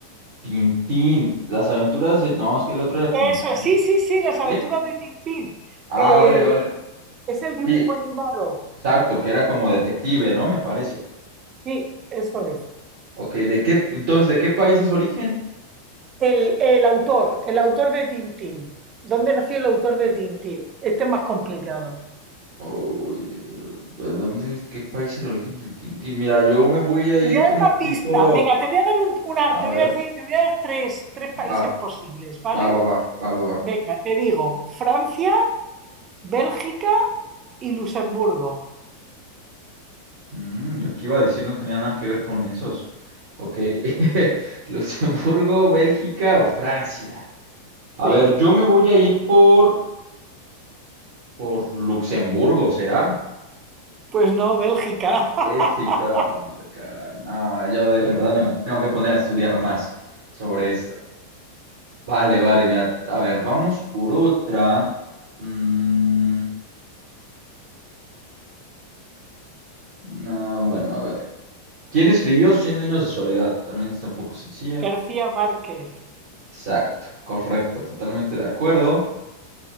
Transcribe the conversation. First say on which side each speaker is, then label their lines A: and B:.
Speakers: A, on the right; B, on the right.
A: Tintín, las aventuras de... No, es que el otro era Tintán.
B: Eso, es,
A: ¿no?
B: sí, sí, sí, las aventuras
A: ¿Qué?
B: de Tintín.
A: Ah,
B: El-
A: vale, vale.
B: es el dibujo
A: Sí,
B: animado.
A: exacto, que era como detective, ¿no? Me parece.
B: Sí, eso es.
A: Ok, ¿de qué, entonces, ¿de qué país es origen?
B: El, el autor, el autor de Tintín. ¿Dónde nació el autor de Tintín? Este es más complicado.
A: Uy, ¿de dónde, qué país es el origen del Tintín? Mira, yo me voy a ir
B: Te voy a
A: como
B: dar una pista.
A: tipo,
B: Venga, te voy a dar un- una,
A: a
B: te voy
A: ver,
B: a decir, te voy a dar tres, tres países
A: va,
B: posibles, ¿vale?
A: va, va, va, va, va, va.
B: Venga, te digo, Francia, Bélgica y Luxemburgo.
A: Mm, el que iba a decir no tenía nada que ver con esos. Ok, <laughs> Luxemburgo, Bélgica o Francia. A
B: Sí.
A: ver, yo me voy a ir por, por Luxemburgo, ¿será?
B: Pues no, Bélgica.
A: Bélgica,
B: <laughs>
A: ah, caray, no, yo de verdad me tengo que poner a estudiar más sobre esto. Vale, vale, mira, a ver, vamos por otra. Mm, no, bueno, a ver. ¿Quién escribió Cien años de soledad? También está un poco sencilla.
B: García Márquez.
A: Exacto, correcto, totalmente de acuerdo.